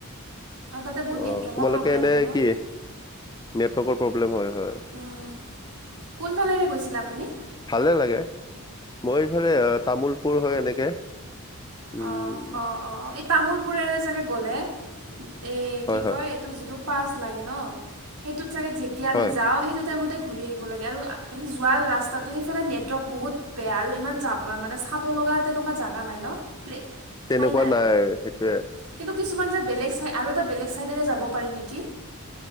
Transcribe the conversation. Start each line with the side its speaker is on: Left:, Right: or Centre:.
Right: আৰু তাতে বহুত
Left: অ'
Right: নেটৱৰ্কৰ
Left: তোমালোকে
Right: প্ৰব্লেম
Left: এনে
Right: হয় ন
Left: কি নেটৱৰ্কৰ প্ৰব্লেম হয় হয়
Right: উম, কোনফালেৰে গৈছিলে আপুনি
Left: ভালে লাগে মই এইফালে তামোুলপুৰ হয় এনেকে উম
Right: অ অ অ এই তামোুলপুৰৰে চাগে গ'লে এই
Left: হয়
Right: কি
Left: হয়
Right: কয় যিটো পা লে ন সেইটোত চাগ যেতিয়া আমি
Left: হয়
Right: যাওঁ সেইটো াইম ঘূৰি আহিব লাগে আৰু এ যোৱা ৰাস্তাটো সেইফালে নেটৱৰ্ক বহুত বেয়া আৰু ইমান জাম মানে চাব লগা তেনেকুৱা জোগা নাই ন প্লে
Left: তেনেকুৱা
Right: ঠাই নাই
Left: সেইটোৱে
Right: কিন্তু কিছুমান যে বেলেগ চাই আৰু এটা বেলেগ ছাইডেৰে যাব পাৰি নেকি